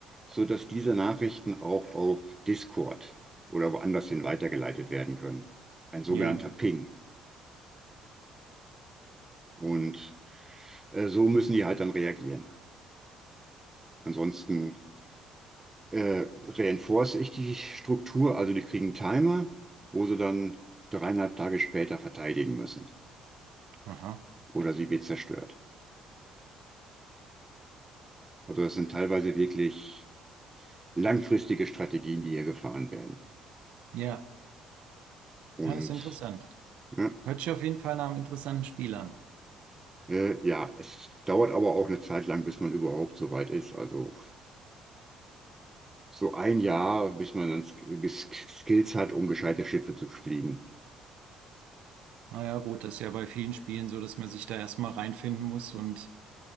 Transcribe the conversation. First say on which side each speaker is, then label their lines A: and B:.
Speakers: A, on the right; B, on the right.
A: sodass diese Nachrichten auch auf Discord oder woanders hin weitergeleitet werden können. Ein sogenannter
B: Ja.
A: Ping. Und äh, so müssen die halt dann reagieren. Ansonsten äh, reinforce ich die Struktur, also die kriegen einen Timer, wo sie dann dreieinhalb Tage später verteidigen müssen.
B: Aha.
A: Oder sie wird zerstört. Also das sind teilweise wirklich langfristige Strategien, die hier gefahren werden.
B: Ja.
A: Und
B: Ja, das ist interessant.
A: ja,
B: Hört sich auf jeden Fall nach einem interessanten Spiel an.
A: Äh, ja, es dauert aber auch eine Zeit lang, bis man überhaupt so weit ist. Also so ein Jahr, bis man dann Sk Sk Skills hat, um gescheite Schiffe zu fliegen.
B: Ah ja, gut, das ist ja bei vielen Spielen so, dass man sich da erstmal reinfinden muss und